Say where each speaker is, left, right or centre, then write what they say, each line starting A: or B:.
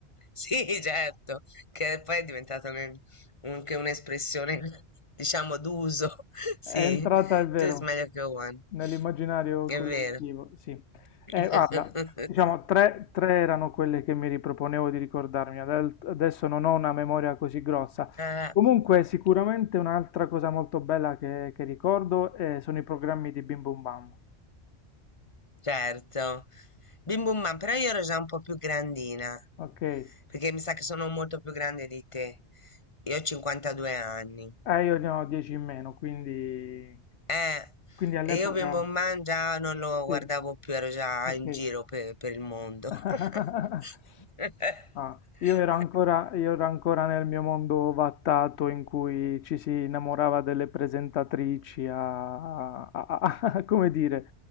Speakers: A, on the left; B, on the left.
A: Sì, certo, che poi è diventata un- anche un'espressione, diciamo, d'uso. <laughs> Sì,
B: È entrata, è vero,
A: tu is meglio che one.
B: nell'immaginario
A: È
B: collettivo,
A: vero.
B: sì.
A: <laughs>
B: Eh, guarda, diciamo,
A: Sì.
B: tre, tre erano quelle che mi riproponevo di ricordarmi, adel- adesso non ho una memoria così grossa.
A: Ah,
B: Comunque, sicuramente un'altra cosa molto bella che, che ricordo eh, sono i programmi di Bim Bum Bam,
A: certo. Bim bum bam, però io ero già un po' più grandina,
B: ok? Eh,
A: perché mi sa che sono molto più grande di te. Io ho 52 anni.
B: io ne ho dieci in meno, quindi,
A: Eh,
B: quindi all'epoca...
A: e io Bimbo Mangia non lo guardavo
B: Sì,
A: più, ero già
B: ok.
A: in giro per, per il mondo.
B: <laughs>
A: <laughs>
B: Ah, io ero ancora, io ero ancora nel mio mondo vattato in cui ci si innamorava delle presentatrici, a, a- a- <laughs> a- come dire,